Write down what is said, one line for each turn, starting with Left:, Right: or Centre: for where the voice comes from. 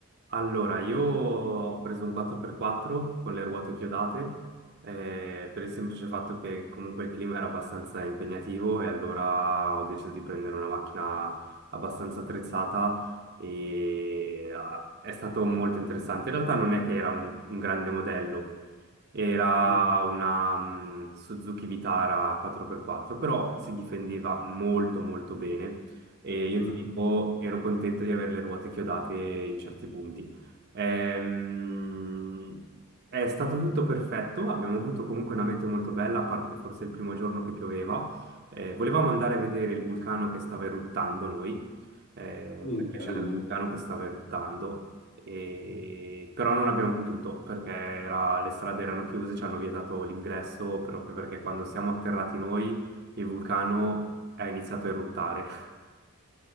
Right: allora io ho preso un 4x4 con le ruote chiodate eh, per il semplice fatto che comunque il clima era abbastanza impegnativo e allora ho deciso di prendere una macchina abbastanza attrezzata e ah, è stato molto interessante. In realtà non è che era un un grande modello Era
Left: Mm,
Right: una mm, Suzuki Vitara 4x4, però si difendeva molto molto bene e io
Left: mhm.
Right: ti dico, ero contento di avere le ruote chiodate in certi punti. Ehm, è stato tutto perfetto, abbiamo avuto comunque una meteo molto bella, a parte forse il primo giorno che pioveva. Eh, volevamo andare a vedere il vulcano che stava eruttando noi, eh,
Left: Mm,
Right: perché
Left: bello.
Right: c'era il vulcano che stava eruttando e-
Left: Mm,
Right: Però non abbiamo potuto perché era- le strade erano chiuse, ci hanno vietato l'ingresso proprio perché quando siamo atterrati noi il vulcano è iniziato a eruttare <laughs>